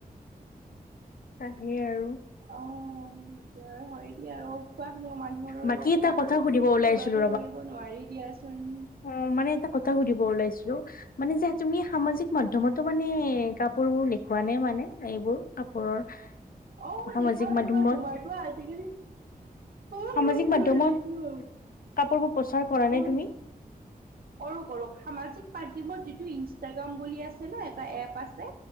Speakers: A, on the left; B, on the right.
A: তাহে আৰু।
B: অঁ হয় দিয়া আৰু কোৱা ন মানুহৰৰ
A: বাকী
B: অভ্যাস
A: এটা কথা
B: আৰু
A: সুধিব ওলাইছিলো
B: সলনি কৰিব নোৱাৰি দিয়াচোন।
A: অঁ মানে এটা কথা সুধিব ওলাইছিলো মানে যে তুমি সামাজিক মাধ্যমতো মানে কাপোৰবোৰ দেখুওৱা নে মানে এইবোৰ কাপোৰৰ <inaudible>
B: অঁ
A: সামাজিক
B: দেখাও
A: মাধ্যমত
B: দেখাও তোমাৰটো আজিকালি হয়
A: সামাজিক
B: হয় হয়
A: মাধ্যমত
B: দেখাও।
A: কাপোৰবোৰ প্ৰচাৰ কৰা নে
B: উম,
A: তুমি?
B: কৰো কৰো সামাজিক মাধ্যমত যিটো ইনষ্টাগ্ৰাম বুলি আছে ন এটা এপ আছে।